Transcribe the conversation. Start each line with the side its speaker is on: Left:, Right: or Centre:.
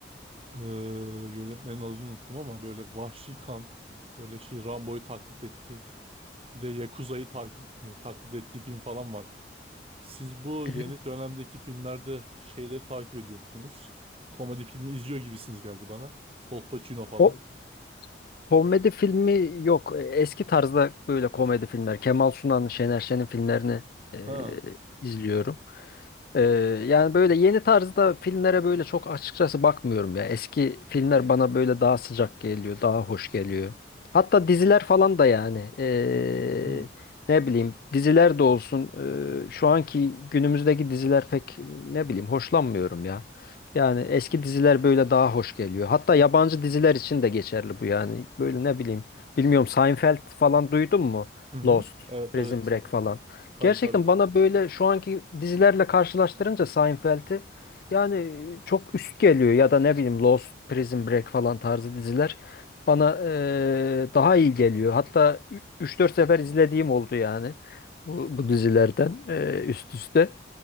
Right: Ee, yönetmenin adını unuttum ama böyle vahşi kan böyle şey Rambo'yu taklit etti. Bir de Yakuza'yı takip, e, taklit ettiği film falan vardı. Siz bu
Left: Evet.
Right: yeni dönemdeki filmlerde şeyleri takip ediyor musunuz? Komedi filmi izliyor gibisiniz geldi bana. Colpacino falan.
Left: O komedi filmi yok. E, Eski tarzda böyle komedi filmler. Kemal Sunal'ın, Şener Şen'in filmlerini e,
Right: Ha.
Left: izliyorum. Ee, yani böyle yeni tarzda filmlere böyle çok açıkçası bakmıyorum ya. Eski filmler bana böyle daha sıcak geliyor, daha hoş geliyor. Hatta diziler falan da yani. ee,
Right: Hı.
Left: ne bileyim diziler de olsun. ee, şu anki günümüzdeki diziler pek ne bileyim hoşlanmıyorum ya. Yani eski diziler böyle daha hoş geliyor. Hatta yabancı diziler için de geçerli bu yani. Böyle ne bileyim. Bilmiyorum Seinfeld falan duydun mu?
Right: Hı hı.
Left: Lost,
Right: Evet
Left: Prison
Right: evet.
Left: Break falan.
Right: Tabii
Left: Gerçekten
Right: tabii.
Left: bana böyle şu anki dizilerle karşılaştırınca Seinfeld'i yani çok üst geliyor ya da ne bileyim Lost, Prison Break falan tarzı diziler bana eee, daha iyi geliyor. Hatta üç dört sefer izlediğim oldu yani bu, bu dizilerden eee, üst üste.